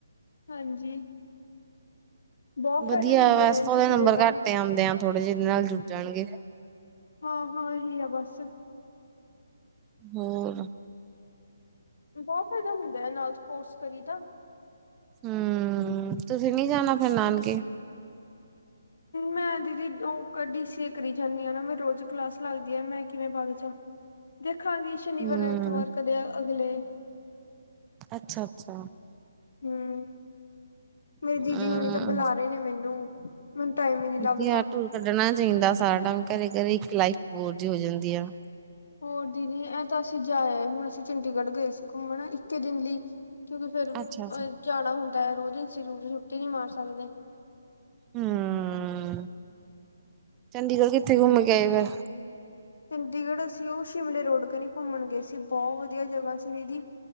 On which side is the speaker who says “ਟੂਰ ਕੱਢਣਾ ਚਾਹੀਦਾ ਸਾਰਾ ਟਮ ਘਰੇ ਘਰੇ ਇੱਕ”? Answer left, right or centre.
Right